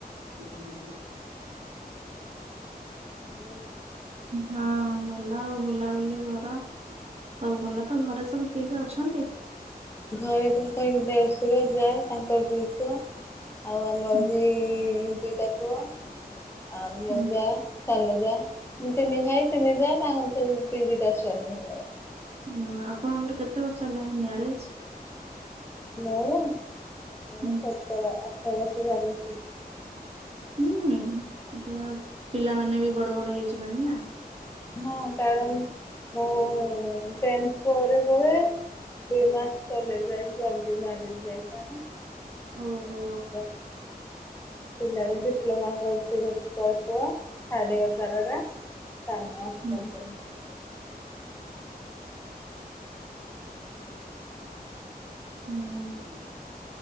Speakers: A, on the right; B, on the left.
A: <inaudible>
B: <unintelligible>
A: ହଁ ଭଲ ଆଉ ବୁଲାବୁଲି କର ସବୁ ଭଲ ତ ଘରେ ସବୁ କିଏ କିଏ ଅଛନ୍ତି?
B: ଘରେ ତ ଦେଢସୁର ଯା ତାଙ୍କର ଦୁଇ ପୁଅ ଆଉ ଆମର
A: ହୁଁ
B: ବି ଦୁଇଟା ପୁଅ ଆଉ ମୋ
A: ହୁଁ
B: ଯା ସାନ ଯାଆ ତିନି ଭାଇ ତିନି ଯାଆ ତାଙ୍କ ସବୁ ଦି ଦିଟା ଛୁଆର
A: ହଁ ଆପଣଙ୍କର କେତେ ବର୍ଷ ହେଲାଣି ମ୍ୟାରେଜ
B: ମୋର ମୋର
A: ହୁଁ
B: ସତର ଅଠର ବର୍ଷ ଚାଲିଛି
A: ହୁଁ ଏ ପିଲାମାନେେ ବି ବଡ ବଡ ହେଇଯିବନି ନା
B: ହଁ କାରଣ ମୁଁ ଟେନ୍ଥ ପରେ ପରେ ଦୁଇ ମାସ କଲେଜ ଯାଇଛି ଜଲଦି ମ୍ୟାରେଜ୍ ହେଇ ଯାଇଥିଲା
A: ଓହୋ।
B: ନା ପିଲା ବି ଡିପ୍ଲୋମା କରୁଛି ଗୋଟେ ବଡ ପୁଅ ଥାର୍ଡ ଇୟର ତା ଏଇଟା ସାନ ଅଷ୍ଟମ
A: ହୁଁ
B: ପଢୁଛି
A: ହୁଁ